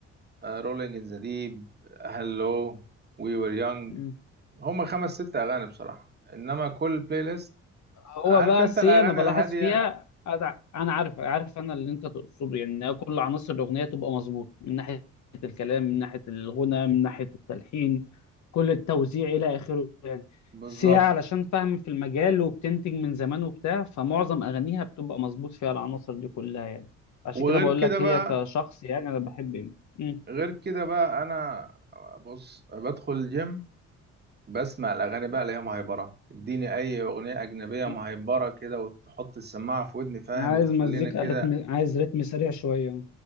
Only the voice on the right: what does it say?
رولينج ان ذا ديب هالو وي وير يونج
هما خمس ست اغاني بصراحه انما كل بلاي ليست
عارف
انت الاغاني
الهاديه
بالظبط
وغير
كده
بقى
غير كده بقى انا بص بدخل الجيم بسمع الاغاني بقى اللي هي مهيبره اديني اي اغنيه اجنبيه مهيبره
كده وتحط السماعه في ودني فاهم
وتخلينا
كده